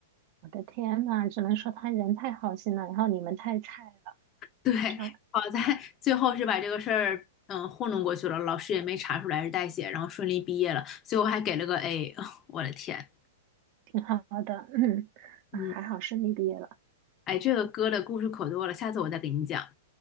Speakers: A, on the right (about 45°); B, on the left (about 30°).
A: 我的天呐，只能说他人太好心了，然后你们太菜了，
B: 对，
A: 啥
B: 好在最后是把这个事儿嗯糊弄过去了，老师也没查出来是代写，然后顺利毕业了，最后还给了个 A，<laughs> 我的天，
A: 挺好的，<clears throat> 嗯，
B: 嗯，
A: 啊，还好顺利毕业了，
B: 哎，这个歌的故事可多了，下次我再给你讲。